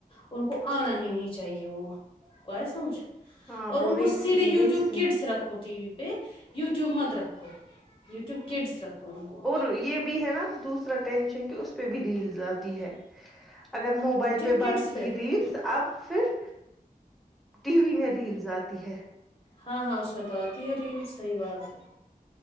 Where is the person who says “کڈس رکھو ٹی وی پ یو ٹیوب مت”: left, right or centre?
Left